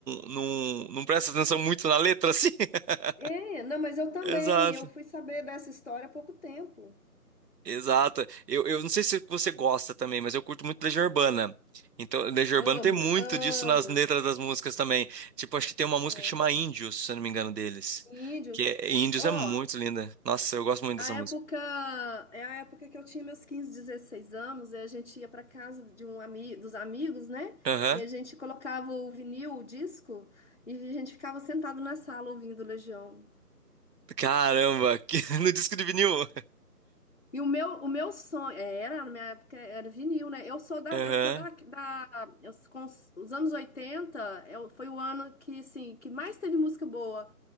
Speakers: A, on the right; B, on the left.
A: não, não presta atenção muito na letra, assim? <laughs>
B: É, não, mas eu também.
A: Exato.
B: Eu fui saber dessa história há pouco tempo.
A: Exato. Eu, eu não sei se você gosta também, mas eu curto muito Legião Urbana. Então, Legião Urbana
B: Amo,
A: tem muito
B: amo.
A: disso nas letras das músicas também. Tipo, acho que tem uma música
B: é,
A: que chama Índios, se eu não me engano, deles.
B: Índios.
A: Que é, Índios
B: Ó,
A: é muito linda. Nossa, eu gosto muito
B: A
A: dessa
B: época,
A: música.
B: é a época que eu tinha meus quinze dezesseis anos, e a gente ia para casa de um ami, dos amigos, né?
A: Aham.
B: E a gente colocava o vinil, o disco, e a gente ficava sentado na sala ouvindo Legião.
A: Caramba, que- <laughs> no disco de vinil.
B: E o meu, o meu sonho, é, era, na minha época era vinil, né? Eu sou da,
A: Aham.
B: eu sou da, da eu, com os os anos 80 eu, foi o ano que, assim, que mais teve música boa.